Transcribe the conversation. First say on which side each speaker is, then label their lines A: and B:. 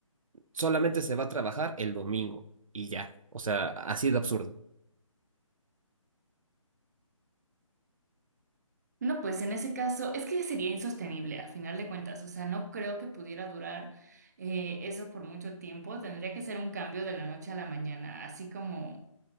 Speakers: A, on the right; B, on the right.
A: solamente se va a trabajar el domingo y ya? O sea, así de absurdo.
B: No, pues en ese caso, es que sería insostenible a final de cuentas, o sea, no creo que pudiera durar eh, eso por mucho tiempo, tendría que ser un cambio de la noche a la mañana, así como